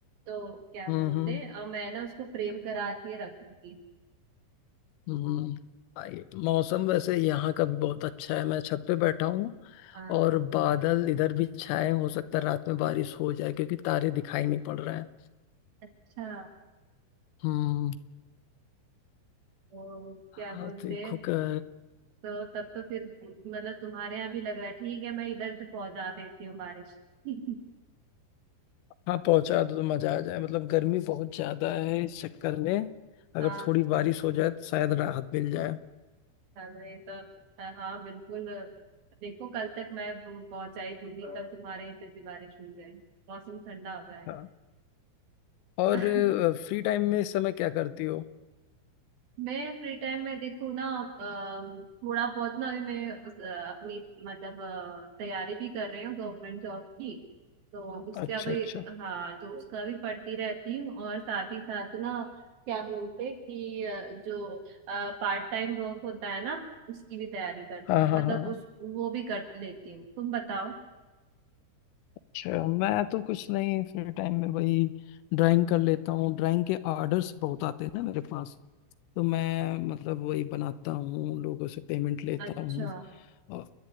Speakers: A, on the right; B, on the left.
A: तो क्या
B: हम्म
A: बोलते
B: हम्म
A: हैं मैं ना उसको फ्रेम करा के रखूंगी
B: हम्म। आई- मौसम वैसे यहाँ का भी बहुत अच्छा है मैं छत पे बैठा हूँ
A: हाँ
B: और बादल इधर भी छाए हैं। हो सकता है रात में बारिश हो जाए क्योंकि तारे दिखाई नहीं पड़ रहे हैं
A: अच्छा
B: हम्म
A: तो
B: हाँ
A: क्या बोलते
B: देखो
A: हैं
B: क-
A: तो तब तो फिर मतलब तुम्हारे यहाँ भी लग रहा है ठीक है मैं इधर से पहुंचा देती हूँ बारिश <laughs>
B: हाँ पहुंचा दो तो मजा आ जाए मतलब गर्मी बहुत ज्यादा है इस चक्कर में अगर
A: हाँ
B: थोड़ी बारिश हो जाए तो शायद राहत मिल जाए
A: चलो ये तो अ, हाँ बिल्कुल अ, देखो कल तक मैं पहुंचाई दूंगी कल तुम्हारे इधर भी बारिश हो जाए मौसम ठंडा हो जाए
B: हाँ और
A: <laughs>
B: फ्री टाइम में इस समय क्या करती हो
A: मैं फ्री टाइम में देखूँ ना अम, थोड़ा बहुत ना अभी मैं उस, अ, अपनी मतलब अ, तैयारी भी कर रही हूँ गवर्नमेंट जॉब की तो उसका
B: अच्छा
A: भी
B: अच्छा
A: हाँ तो उसका भी पढ़ती रहती हूँ और साथ ही साथ ना क्या बोलते हैं कि अ, जो पार्ट टाइम वर्क होता है ना उसकी भी तैयारी कर
B: हाँ हाँ
A: मतलब
B: हाँ
A: उस वो भी कर लेती हूँ तुम बताओ
B: अच्छा मैं तो कुछ नहीं फ्री टाइम में वही ड्राइंग कर लेता हूँ ड्राइंग के आर्डर्स बहुत आते हैं ना मेरे पास तो मैं मतलब वही बनाता हूँ लोगों से पेमेंट लेता
A: अच्छा
B: हूँ और